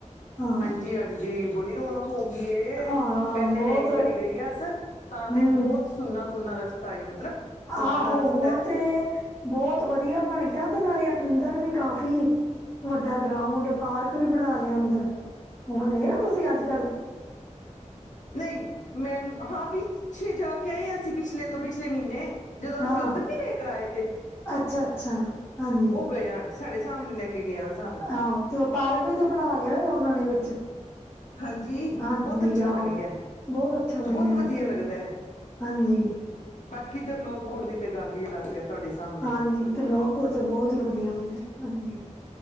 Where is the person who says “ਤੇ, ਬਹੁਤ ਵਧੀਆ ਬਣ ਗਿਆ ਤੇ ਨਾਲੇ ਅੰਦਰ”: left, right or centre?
Left